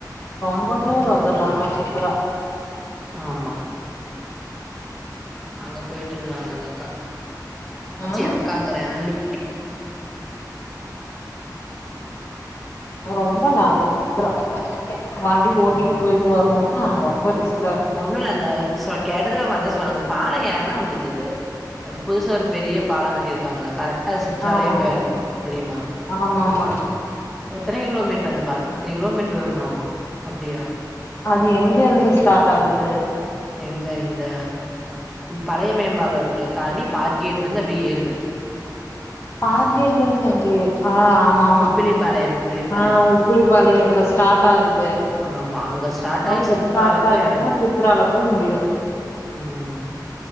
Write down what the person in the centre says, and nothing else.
ஆமா அங்க போயிட்டு இருந்தாங்க அந்த அக்கா
சீ அக்காங்கறே அண்ணி
ம்
ஒண்ணு இல்ல அந்த கேட்டதுக்கு அவங்க அதா சொல்லறாங்க அந்த பாலோ ஏறுனா முடிஞ்சுது அ இப்ப புதுசா ஒரு பெரிய பாலம் கட்டிருக்காங்கள கரெக்டா அது சிற்றாளே
போய் இறங்கும் தெரியுமா
எத்தனை கிலோமீட்டர் அந்தப் பாலம் பத்து கிலோமீட்டர் வருமாமா அப்டியா
எங்க இந்த பழைய மேம்பாலருக்கள தாண்டி பார்க்கேட்லருந்து அப்டியே ஏறுது
உப்பிலிப்பாளையம், உப்பிலிப்பாளையம்.
ஆமா. அங்க ஸ்டார்ட் ஆயி
சிற்றால
போய்
உம்